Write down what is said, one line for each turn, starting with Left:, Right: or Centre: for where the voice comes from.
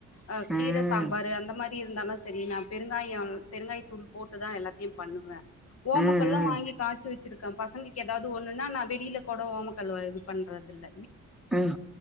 Left: அஹ் கீரை
Centre: ம்
Left: சாம்பாரு அந்த மாதிரி இருந்தால சேரி நான் பெருங்காயம் பெருங்காய் தூள் போட்டு தான் எல்லாத்தையும் பண்ணுவேன் ஓமக்கல்லும்
Centre: ம் ம்
Left: வாங்கி காய்சி வச்சிருக்கு பசங்க ஏதாவது ஒண்ணுன்னா நான் வெளியில கொட ஓம கல்லவாது பண்றது இல்ல
Centre: உம்